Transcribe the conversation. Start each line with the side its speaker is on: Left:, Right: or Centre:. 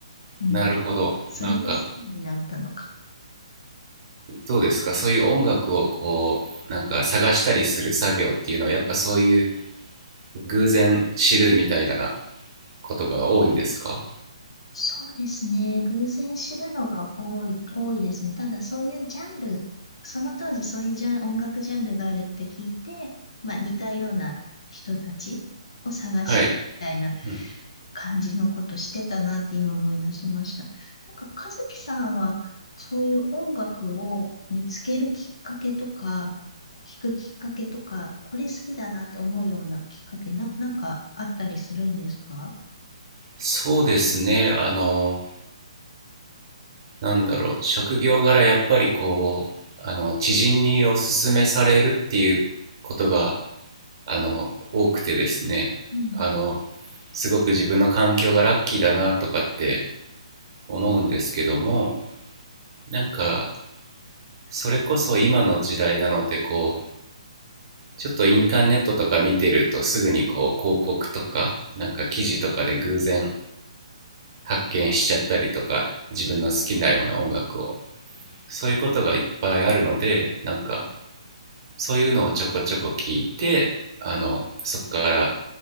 Left: うん。
Right: なるほど。
Left: それで好きになったのか
Right: なんかどうですか、そういう音楽をこうなんか探したりする作業っていうのはやっぱそういう偶然知るみたいなことが多いんですか
Left: そうですね。偶然知るのが多い、多いですね。ただ、そういうジャンル、その当時そういうジャン、音楽ジャンルがあるって聞いて、まあ、似たような人たちを探してみたいな
Right: はい、うん、
Left: 感じのことしてたなって今思い出しました。なんか、和樹さんは、そういう音楽を見つけるきっかけとか、聞くきっかけとか、これ好きだなって思うようなきっかけ、な、なんかあったりするんですか
Right: そうですね。あのなんだろう、職業柄やっぱりこう、あの、知人におすすめされるっていうことが、あの、多くてですね、
Left: うん、
Right: あの、すごく自分の環境がラッキーだなとかって思うんですけども、なんか、それこそ今の時代なので、こう、ちょっとインターネットとか見てるとすぐにこう、広告とか、なんか記事とかで偶然発見しちゃったりとか、自分の好きなような音楽を、そういうことがいっぱいあるので、なんか、そういうのをちょこちょこ聞いてあのそこから